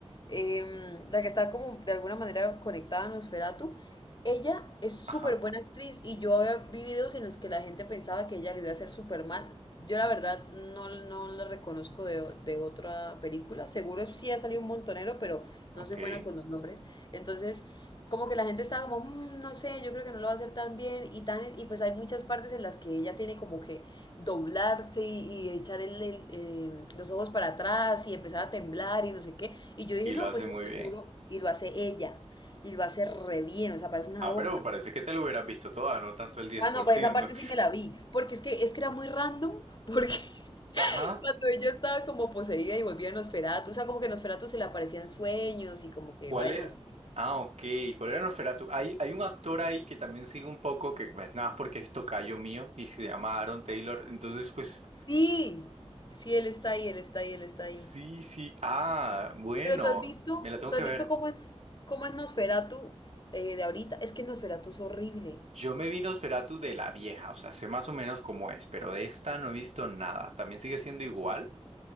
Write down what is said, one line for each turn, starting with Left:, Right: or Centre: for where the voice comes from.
Left: em, la que está como de alguna manera conectada a Nosferatu, ella es súper
Right: Ajá,
Left: buena actriz y yo había vi videos en los que la gente pensaba que ella le iba a hacer súper mal. Yo la verdad no, no la reconozco de, de otra película. Seguro sí ha salido un montonero, pero
Right: ok.
Left: no soy buena con los nombres. Entonces como que la gente estaba como, "Mm, no sé, yo creo que no lo va a hacer tan bien y tan y pues hay muchas partes en las que ella tiene como que doblarse y, y echar el, el, eh, los ojos para atrás y empezar a temblar y no sé qué. Y yo dije,
Right: Y
Left: no,
Right: lo hace
Left: pues
Right: muy
Left: eso seguro
Right: bien.
Left: y lo hace ella y lo hace re bien, o sea, parece una
Right: Ah,
Left: loca.
Right: pero parece que te lo hubieras visto toda, no tanto el diez
Left: Ah,
Right: por
Left: no, pues
Right: ciento.
Left: esa parte sí me la vi, porque es que, es que era muy random, porque <laughs>
Right: Ajá.
Left: cuando ella estaba como poseída y volvía en Nosferatu, o sea, como que Nosferatu se le aparecían sueños y como que
Right: ¿Cuál
Left: vainas
Right: era?
Left: así.
Right: Ah, ok. ¿Cuál era Nosferatu? Hay, hay un actor ahí que también sigue un poco, que pues nada más porque es tocayo mío y se llama Aaron Taylor. Entonces, pues
Left: Sí, sí, él está ahí, él está ahí, él está ahí.
Right: sí, sí. Ah, bueno,
Left: Pero tú has visto,
Right: me la tengo
Left: tú
Right: que
Left: has
Right: ver.
Left: visto cómo es, cómo es Nosferatu eh, de ahorita. Es que Nosferatu es horrible.
Right: Yo me vi Nosferatu de la vieja, o sea, sé más o menos cómo es, pero de esta no he visto nada. ¿También sigue siendo igual?